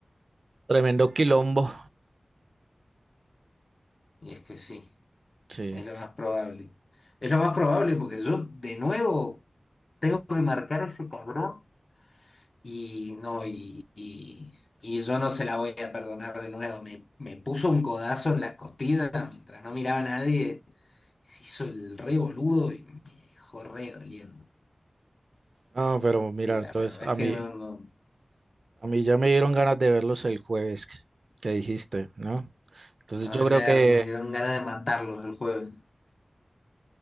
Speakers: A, on the right; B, on the left.
A: tremendo quilombo,
B: Y es que sí,
A: sí.
B: es lo más probable. Es lo más probable porque yo de nuevo tengo que marcar a ese cabrón. Y no, y, y, y yo no se la voy a perdonar de nuevo. Me, me puso un codazo en las costillas mientras no miraba a nadie. Se hizo el re boludo y me dejó re doliendo.
A: No, pero mira,
B: La
A: entonces
B: verdad
A: a
B: es
A: mí,
B: que no, no.
A: a mí ya me dieron ganas de verlos el jueves que, que dijiste, ¿no? Entonces
B: A
A: yo
B: mí
A: creo
B: me,
A: que,
B: da- me dieron ganas de matarlos el jueves.